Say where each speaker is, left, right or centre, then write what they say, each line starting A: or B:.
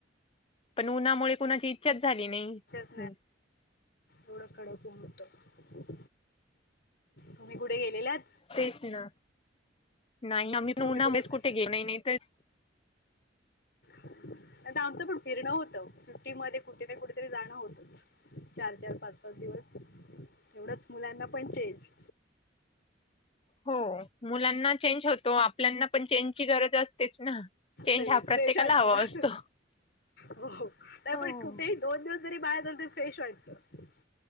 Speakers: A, on the left; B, on the left.
A: पण उन्हामुळे कुणाची इच्छाच झाली नाही.
B: हो
A: हम्म.
B: एवढं कडक ऊन होतं. तुम्ही कुठे गेलेलात?
A: तेच ना. नाही ना मी पण
B: तुम्ही
A: उन्हामुळे
B: आता
A: कुठे गेलेही नाही तर.
B: नाही तर आमचं पण फिरणं होतं, सुट्टीमध्ये कुठे ना कुठेतरी जाणं होतंच. चार चार, पाच पाच दिवस तेवढंच मुलांना पण चेंज.
A: हो मुलांना चेंज होतो, आपल्यांना पण चेंजची गरज असतेच ना. चेंज
B: ते
A: हा प्रत्येकाला
B: फ्रेश वाटतं,
A: हवा असतो.
B: हो. पण
A: हो.
B: कुठेही दोन दिवस जरी बाहेर गेलं तर फ्रेश वाटतं.